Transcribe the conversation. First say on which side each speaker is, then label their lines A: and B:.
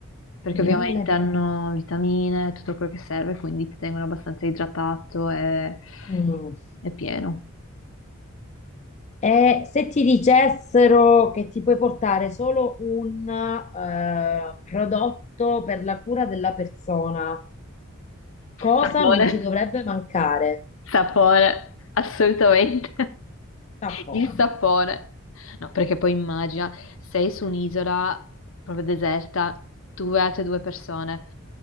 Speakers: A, on the left (about 65°); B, on the left (about 30°).
A: perché ovviamente
B: nelle
A: hanno
B: ba-
A: vitamine, tutto quello che serve, quindi ti tengono abbastanza idratato e
B: mm.
A: e pieno.
B: E se ti dicessero che ti puoi portare solo un eh, prodotto per la cura della persona, cosa
A: Sapone,
B: non ti dovrebbe mancare?
A: sapone, assolutamente.
B: Sapone.
A: Il sapone. No, perché poi immagina, sei su un'isola proprio deserta, tu e altre due persone,